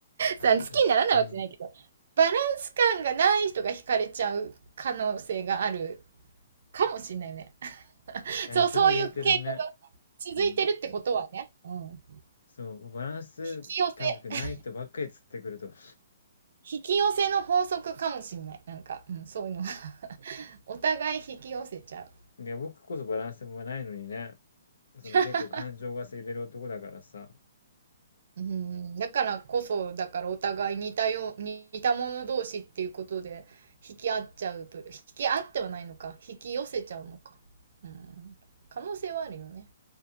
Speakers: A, on the left (about 80°); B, on the right (about 55°).
A: ああ、
B: さ、好きにならないわけじゃないけど、
A: 確かに。い
B: バランス感がない人が惹かれちゃう可能性があるかもしれないね。<laughs>
A: や、
B: そう、
A: それ言えてるね。
B: そういう傾向が
A: うん。
B: 続いてるってことはね、うん。引
A: そう、バランス感覚ない人ばっかり釣ってくると思
B: き寄せ。引き寄せの法則かもしれない。なんか、うん、そういうの。<laughs> お互い引き寄せちゃう。
A: う。<laughs> いや、僕こそバランスもないのにね、その結構感情が揺れる男だからさ。
B: <laughs> うん、だからこそ、だからお互い似たよう、似た者同士っていうことで、引き合っちゃうと、引き合ってはないのか、引き寄せちゃうのか。うん、可能性はあるよね。